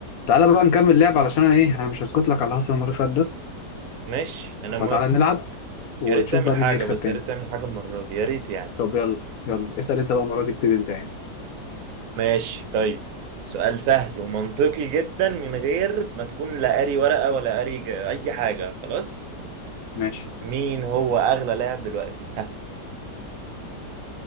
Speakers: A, on the left; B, on the right.
A: تعالى بقى نكمل لعب علشان انا ايه انا مش هسكت لك على اللي حصل المره اللي فاتت ده
B: ماشي انا موافق
A: فتعالى نلعب ونشوف
B: يا ريت تعمل
A: بقى
B: حاجة
A: مين هيكسب
B: بس
A: تاني
B: يا ريت تعمل حاجة المرة دي يا ريت يعني
A: طب يلا يلا اسال انت بقى المره دي ابتدي انت يعني
B: ماشي طيب سؤال سهل ومنطقي جدا من غير ما تكون لا قاري ورقة ولا قاري ج- اي حاجة خلاص
A: ماشي
B: مين هو اغلى لاعب دلوقتي ها